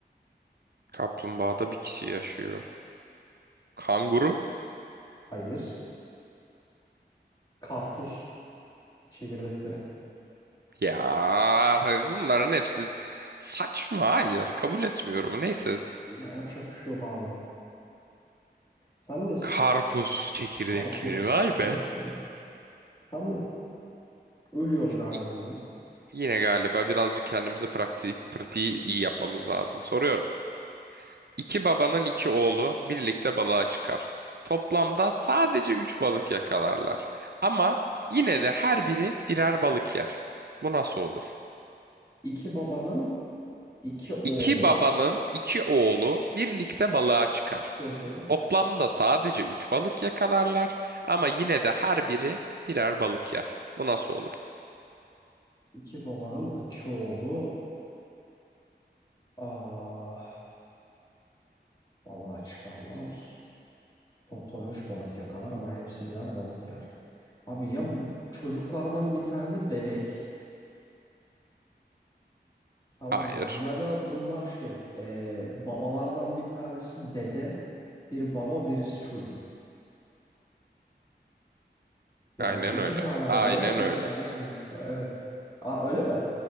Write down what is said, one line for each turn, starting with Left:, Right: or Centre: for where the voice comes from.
Right: Kaplumbağada bir kişi yaşıyor. Kanguru.
Left: Hayır. Karpuz çekirdekleri.
Right: Ya bunların hepsi saçma. Hayır, kabul etmiyorum. Neyse.
Left: Ya yapacak bir şey yok abi. Sendeyiz.
Right: Karpuz çekirdekleri.
Left: Karpuz
Right: Vay
Left: çekirdekleri.
Right: be.
Left: Sen ne? Ölüyoruz galiba
Right: İ-
Left: yine.
Right: Yine galiba birazcık kendimize praktiği, pratiği iyi yapmamız lazım. Soruyorum. İki babanın iki oğlu birlikte balığa çıkar. Toplamda sadece üç balık yakalarlar. Ama yine de her biri birer balık yer. Bu nasıl olur?
Left: İki babanın iki oğlu.
Right: İki babanın iki oğlu birlikte balığa çıkar.
Left: Hı hı.
Right: Toplamda sadece üç balık yakalarlar. Ama yine de her biri birer balık yer. Bu nasıl olur?
Left: İki babanın iki oğlu. Ah, balığa çıkarlar. Toplam 3 balık yakalar ama hepsi birer balık yer. Abi ya bu çocuklardan bir tanesi bebek tamam
Right: Hayır.
Left: mı? Ya da bunlar şey e, babalardan bir tanesi dede, bir baba birisi çocuk. Yani
Right: Aynen
Left: iki
Right: öyle.
Left: tane
Right: Aynen
Left: baba var, iki
Right: öyle.
Left: tane çocuk var. Evet. Aa öyle mi?